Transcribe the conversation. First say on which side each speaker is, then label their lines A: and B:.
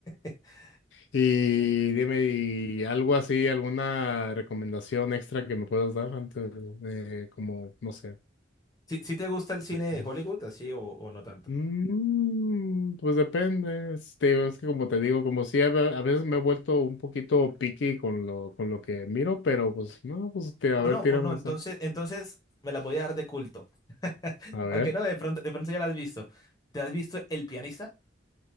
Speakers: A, on the left; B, on the left.
A: <laughs>
B: Y dime, ¿y algo así, alguna recomendación extra que me puedas dar antes de, eh, como, no sé?
A: ¿Sí, sí te gusta el cine de
B: Ujú.
A: Hollywood, así o, o no tanto?
B: Mm, pues depende, este, es que como te digo, como si a, ve- a veces me he vuelto un poquito picky con lo, con lo que miro, pero pues no, pues este, a
A: O
B: ver,
A: no,
B: tírame
A: o no, entonces,
B: esa.
A: entonces me la voy a dar de culto.
B: A ver,
A: Aunque no, de pronto, de pronto ya la has visto. ¿Te has visto El pianista?